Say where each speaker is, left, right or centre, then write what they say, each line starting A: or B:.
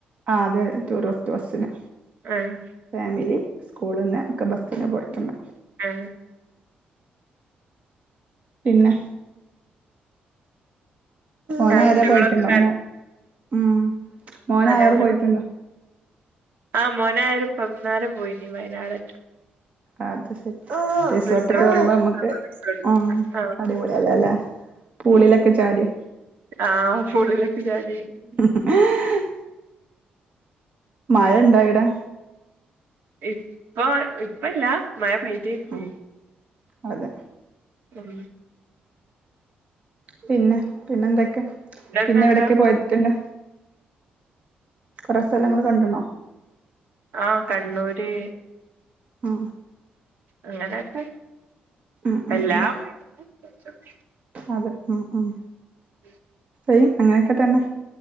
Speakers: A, on the right; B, on the right.
A: ആഹ് അത് ടൂറിസ്റ്റ് ബസിന്.
B: എഹ്
A: ഫാമിലി സ്കൂള്ന്ന് ഒക്കെ ബസിന്ന് പോയിട്ടുണ്
B: ആഹ്
A: പിന്നെ ഓനായെരെ
B: കാഴ്ചകളൊക്കെ
A: പോയിട്ടുണ്ട മോ ഉം മോനായാരെ
B: മനോഹര
A: പോയിട്ടുണ്ടോ
B: <unintelligible> ആഹ് മോനാ ആയരെ ഇപ്പന്നാര പോയിനി വയനാടെറ്റം
A: അത് സെരി. റിസോർട്ട്ക്ക്
B: റിസോർട്ട്
A: <unintelligible> ആവുമ്പോ
B: എടുത്ത്
A: ഞമ്മക്ക്
B: റിസോർട്ട്
A: ഉം
B: ആഹ്
A: അടിപൊളിയല്ലെ അല്ലേ പൂളിലൊക്കെ
B: ഉം
A: ചാട്യൊ
B: ആഹ് പൂളിലൊക്കെ ചാടി
A: ഏഹ് മഴുണ്ട അവിടെ
B: ഇപ്പൊ ഇപ്പല്ല മഴ പെയ്തീർന്നു
A: ഉം അതെ
B: ഉം
A: പിന്നെ പിന്നെ എന്തൊക്കെ
B: ഇങ്ങക്കെന്താ
A: പിന്നെ എവിടൊക്കെ പോയിട്ടുണ്ട് കുറെ സ്ഥലങ്ങള്ൾ കണ്ടുണോ
B: ആ കണ്ണൂര്
A: ആ
B: അങ്ങനെയക്കെ
A: ഉം ഉം
B: എല്ലാ
A: ഉം
B: വീട്ടീന്നും കൊറച്ചൊക്കെ
A: അതെ ഉം ഉം
B: <unintelligible>
A: സെയിം അങ്ങനെയൊക്കെ തന്നെ